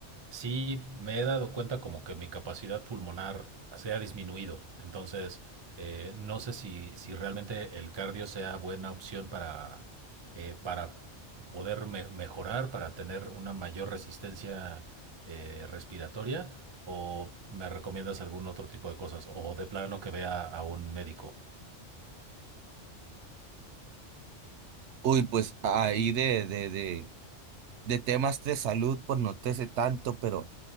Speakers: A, on the right; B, on the right.
A: sí me he dado cuenta como que mi capacidad pulmonar se ha disminuido. Entonces, eh, no sé si, si realmente el cardio sea buena opción para, eh, para poder me- mejorar, para tener una mayor resistencia eh, respiratoria, o me recomiendas algún otro tipo de cosas, o de plano que vea a un médico.
B: Uy, pues ahí de, de, de, de temas de salud, pues no te sé tanto, pero